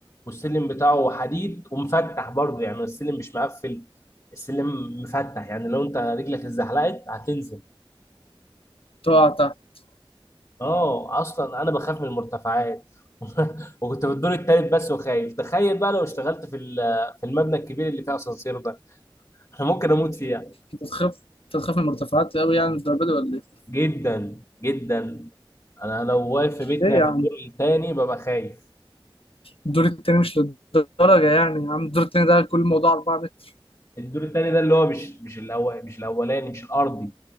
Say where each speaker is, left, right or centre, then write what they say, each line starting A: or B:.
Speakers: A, on the left (about 35°); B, on the left (about 80°).
A: والسلم بتاعه حديد ومفتح برضه يعني السلم مش مقفل السلم مفتح يعني لو انت رجلك اتزحلقت هتنزل
B: تقع تحت
A: اه اصلا انا بخاف من المرتفعات <laughs> وكنت في الدور التالت بس وخايف تخيل بقى لو اشتغلت في ال- في المبنى الكبير اللي فيه اسانسير ده <laughs> انا ممكن اموت فيها
B: انت تخاف انت تخاف من المرتفعات قوي يعني الدرجه دي ولا ايه؟
A: جدا جدا انا لو واقف في بيتنا
B: ليه يا
A: في
B: عم؟
A: الدور التاني ببقى خايف
B: الدور التاني مش للدرجه يعني يا عم الدور التاني ده كل الموضوع 4 متر
A: الدور التاني ده اللي هو مش مش الأول مش الأولاني مش الأرضي